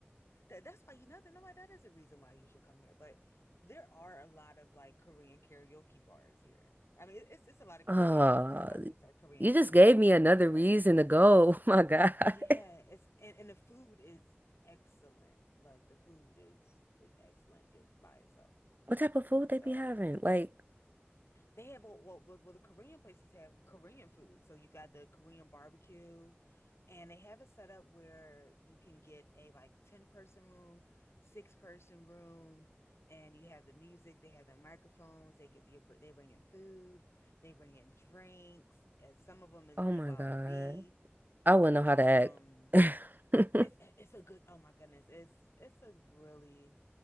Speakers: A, on the left; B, on the right.
A: that, that's why you know, that- no, that is a reason why you should come here. But there are a lot of like Korean karaoke bars here. I mean, it, it's it's a lot of Korean,
B: Uh,
A: it's a lot of it's like Korean
B: you
A: culture
B: just gave
A: here, period.
B: me another
A: But
B: reason to go. <laughs> Oh my God.
A: yeah,
B: <laughs>
A: it's and, and the food is excellent. Like the food is is excellent just by itself.
B: What type of food they
A: So
B: be having? Like,
A: They have all well, well, well, the Korean places have Korean food. So you got the Korean barbecue, and they have it set up where you can get a like 10 person room, six person room, and you have the music, they have the microphones, they could they, br- they bring in food, they bring in drinks. and Some of them is
B: oh
A: BYOB.
B: my God. I wouldn't know
A: Um,
B: how to act.
A: it's
B: <laughs>
A: it's a good, oh my goodness, it's it's a really